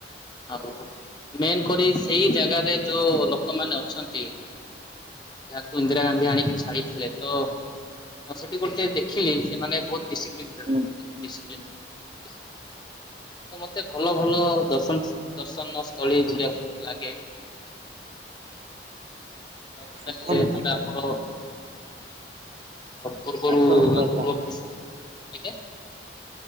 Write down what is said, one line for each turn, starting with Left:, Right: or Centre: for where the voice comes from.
Left: ଆଉ ମେନ୍ କରି ସେଇ ଜାଗାରେ ଯୋଉ ଲୋକମାନେ ଅଛନ୍ତି ଯାହାକୁ ଇନ୍ଦିରା ଗାନ୍ଧୀ ଆଣିକି ଛାଡିଥିଲେ ତ ତ ସେଠି ଗୋଟେ ଦେଖିଲି ସେମାନେ ବହୁତ ଡିସିପ୍ଲିନ୍ ରେ
Right: ହୁଁ।
Left: ରୁହନ୍ତି ଡିସିପ୍ଲିନ ରେ ରୁହ <inaudible> ତ ମତେ ଭଲ ଭଲ ଦର୍ଶନ ଦର୍ଶନସ୍ଥଳୀ ବୁଲିବା ଲାଗେ। ଆଉ
Right: ଶୁଭୁନି
Left: ଗଟେ ଯୋଉଟା
Right: ମତେ
Left: ଆମର ପୂର୍ବରୁ
Right: ନେଟୱାର୍କ
Left: ମାନେ
Right: ପ୍ରୋବ୍ଲେମ୍
Left: ପୂର୍ବପୁରୁଷ
Right: ହଉଛି।
Left: ଆଜ୍ଞା